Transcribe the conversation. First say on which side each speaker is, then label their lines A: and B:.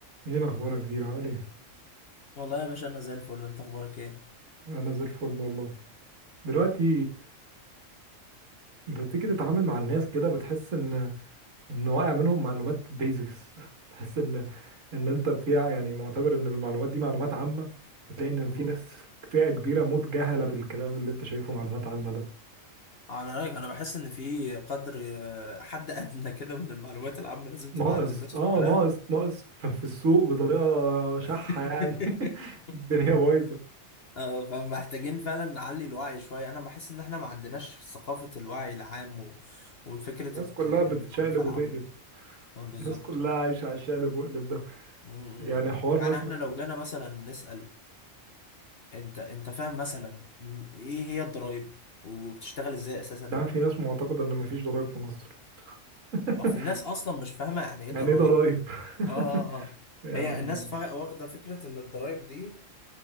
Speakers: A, on the right; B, on the left.
A: ايه الاخبار يا كبير عامل ايه
B: والله يا باشا انا زي الفل انت اخبارك ايه
A: انا زي الفل والله دلوقتي بتيجي تتعامل
B: مم.
A: مع الناس كده بتحس ان ان واقع منهم معلومات بيزكس <laughs> تحس ان ان انت فيها يعني معتبر ان المعلومات دي معلومات عامة وتلاقي ان
B: مم.
A: في ناس فئة كبيرة موت جهلة بالكلام اللي انت شايفه معلومات عامة ده
B: على رايك انا بحس ان في قدر آه، حد ادنى كده من المعلومات العامه لازم
A: ناقص
B: تبقى عند الناس
A: اه
B: كلها
A: ناقص ناقص ف- في السوق بطريقة شحة
B: <laughs>
A: يعني <laughs> الدنيا بايظة
B: آه، فمحتاجين فعلا نعلي الوعي شويه انا بحس ان احنا ما عندناش ثقافه الوعي العام و... وفكره
A: الناس
B: الت-
A: كلها
B: المعرفه
A: بتشقلب
B: العامه
A: وتقلب
B: آه، بالظبط
A: الناس كلها
B: آه.
A: عايشة على الشقلب وقلب ده
B: م- م-
A: يعني
B: م.
A: حوار
B: يعني
A: مثلا
B: احنا لو جانا مثلا نسال انت انت فاهم مثلا م- ايه هي الضرايب وبتشتغل ازاي اساسا
A: ده في ناس معتقدة ان مفيش ضرائب في مصر <laughs>
B: او في ناس اصلا مش فاهمه يعني ايه
A: يعني
B: ضرايب
A: ايه ضرائب
B: اه اه
A: <laughs>
B: اه
A: يعني
B: هي الناس فا- واخده فكره ان الضرايب دي